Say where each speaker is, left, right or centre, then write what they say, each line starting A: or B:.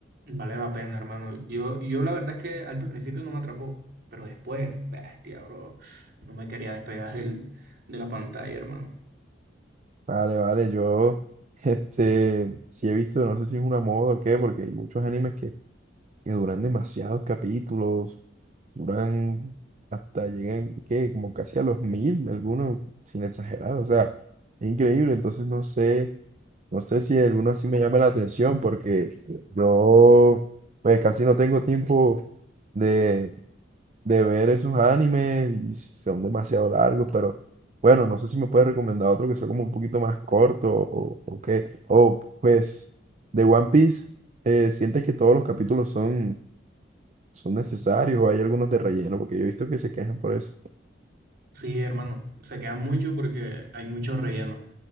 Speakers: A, on the right; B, on the right.
A: vale la pena, hermano. Yo, yo la verdad es que al principio no me atrapó, pero después, bestia, bro. No me quería despegar del, de la pantalla, hermano.
B: Vale, vale, yo, <laughs> este, sí he visto, no sé si es una moda o qué, porque hay muchos animes que que duran demasiados capítulos, duran hasta llegan, ¿qué? Como casi a los mil, algunos, sin exagerar, o sea, es increíble, entonces no sé, no sé si alguno así me llama la atención, porque yo, pues casi no tengo tiempo de, de ver esos animes, y son demasiado largos, pero bueno, no sé si me puedes recomendar otro que sea como un poquito más corto, o, o qué, o pues, de One Piece, eh, ¿sientes que todos los capítulos son son necesarios, o hay algunos de relleno, porque yo he visto que se quejan por eso.
A: Sí, hermano, se queda mucho porque hay mucho relleno,